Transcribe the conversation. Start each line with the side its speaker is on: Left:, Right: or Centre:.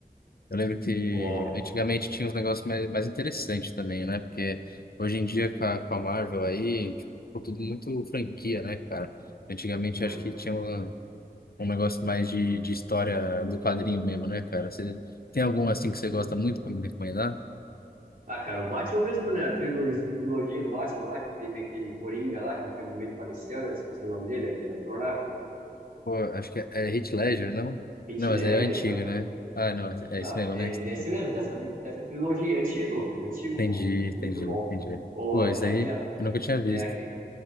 Left: Eu lembro que
Right: Ó,
Left: antigamente tinha uns negócios mais, mais interessantes também, né? Porque hoje em dia com a, com a Marvel aí, tipo, ficou tudo muito franquia, né, cara? Antigamente
Right: foi.
Left: acho que tinha um, um negócio mais de, de história do quadrinho mesmo, né, cara? Você tem algum assim que você gosta muito pra me recomendar?
Right: Ah, cara, o Batman mesmo, né? A trilor- trilogia do Batman lá, que teve aquele Coringa lá, que infelizmente faleceu, né? Esqueci o nome dele, aquele ator lá.
Left: Pô, acho que é, é Heath Ledger, não?
Right: Heath
Left: Não,
Right: Ledger,
Left: mas é antigo
Right: cara.
Left: né? Ah, não, é
Right: Não,
Left: esse mesmo,
Right: é
Left: né? que você
Right: desse
Left: tá falando.
Right: mesmo, dessa, dessa trilogia, é antigo, filme antigo,
Left: Entendi,
Right: pô.
Left: entendi,
Right: Muito bom.
Left: entendi.
Right: Ou
Left: Pô,
Right: é,
Left: isso
Right: aquele,
Left: aí
Right: a-
Left: eu
Right: é,
Left: nunca tinha
Right: é,
Left: visto.
Right: aque-